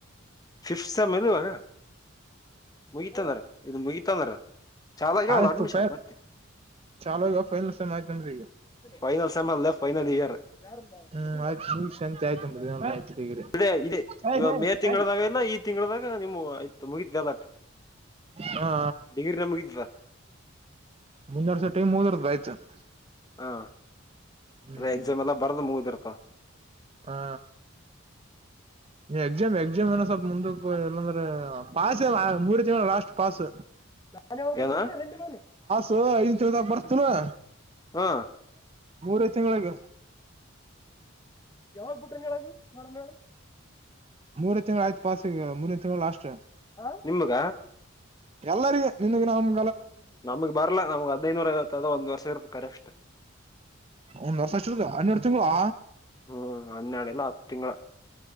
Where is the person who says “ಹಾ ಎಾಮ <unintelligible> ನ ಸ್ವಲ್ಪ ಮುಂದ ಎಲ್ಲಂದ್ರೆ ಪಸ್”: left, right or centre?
Right